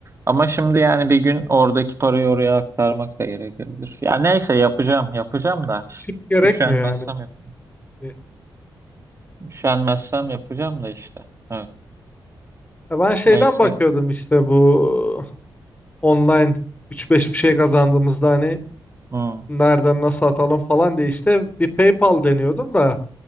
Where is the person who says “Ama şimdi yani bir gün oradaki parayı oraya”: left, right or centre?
Right